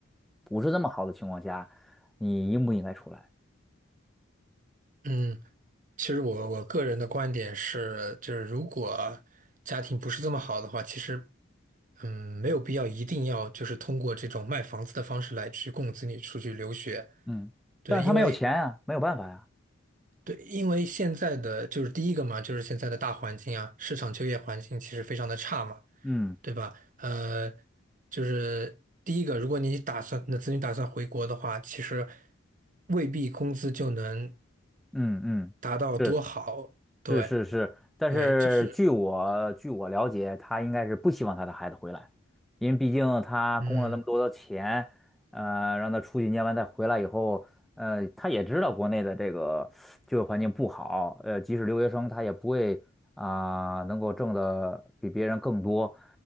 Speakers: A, in the centre; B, on the right (about 40°).
A: 不是那么好的情况下，你应不应该出来？
B: 嗯。其实我我个人的观点是，就是如果家庭不是这么好的话，其实嗯没有必要一定要就是通过这种卖房子的方式来去供子女出去留学。
A: 嗯，
B: 对，
A: 但是他没有钱啊，
B: 因为
A: 没有办法呀、
B: 对，因为现在的就是第一个嘛，就是现在的大环境啊，市场就业环境其实非常的差嘛，
A: 嗯
B: 对吧？呃，就是第一个，如果你打算那子女打算回国的话，其实未必工资就能
A: 嗯嗯，
B: 达到多好，
A: 是
B: 对。
A: 是是是，但是据我据我了解，
B: 对，就是，
A: 他应该是不希望他的孩子回来，因为毕竟他供了那么多的钱，
B: 嗯
A: 呃，让他出去念完再回来以后，呃，他也知道国内的这个就业环境不好，呃，即使留学生他也不会啊、能够挣的比别人更多，